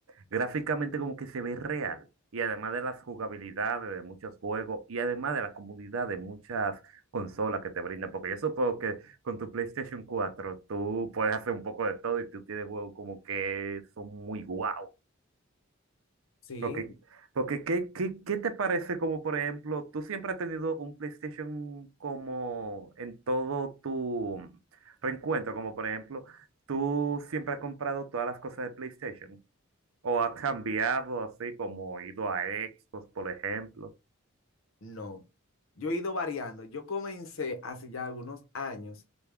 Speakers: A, on the right (about 80°); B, on the left (about 70°).
A: gráficamente como que se ve real, y además de las jugabilidades de muchos juegos, y además de la comodidad de muchas consolas que te brindan, porque yo supongo que con tu PlayStation cuatro tú puedes hacer un poco de todo y tú tienes juegos como que son muy guau.
B: Sí.
A: Porque, porque ¿qué, qué, qué te parece como, por ejemplo, tú siempre has tenido un PlayStation como en todo tu reencuentro, como por ejemplo, tú siempre has comprado todas las cosas de PlayStation, o has cambiado así como ido a Xbox, por ejemplo.
B: No, yo he ido variando. Yo comencé hace ya algunos años,